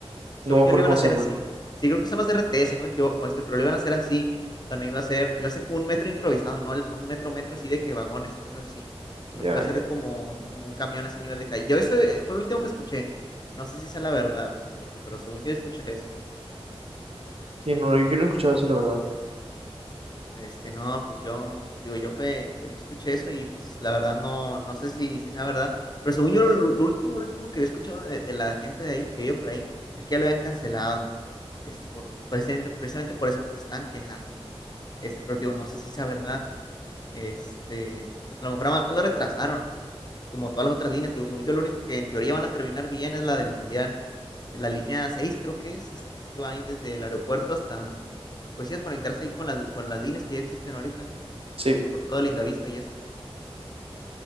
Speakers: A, on the left; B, on the right.
A: Según
B: No me
A: yo
B: acuerdo
A: lo iban
B: cómo
A: a hacer
B: se llaman.
A: así. Sí, creo que son los RT, si no me equivoco, este, pero lo iban a hacer así. O sea, no iba a ser, iba a ser como un metro improvisado, no, no un metro metro así de que vagones y cosas así,
B: Ya,
A: sino que iba a ser
B: ya.
A: como un, un camión así nivel de calle. Yo eso eh, fue lo último que escuché. No sé si sea la verdad, este, pero según yo escuché eso.
B: Sí, no, yo no he escuchado eso, la verdad.
A: Este, no, pues yo, digo, yo fue, fue- yo escuché eso y pues la verdad no, no sé si, si sea verdad, pero según yo lo, lo último, último que había escuchado de, de la gente de ahí, que vive por ahí, es que ya lo habían cancelado, este, por, pues, precisamente, precisamente por eso, porque se estaban quejando, este, pero digo, no sé si sea verdad, este, a lo mejor nada más lo retrasaron, como todas las otras líneas, digo, según yo, la única que en teoría van a terminar bien es la del Mundial. En La línea 6, creo que es, esta que es que va ahí desde el aeropuerto hasta, pues sí, a conectarse ahí con las, con las líneas que ya existen ahorita, ¿no?
B: Sí,
A: Ahí por toda Lindavista y eso,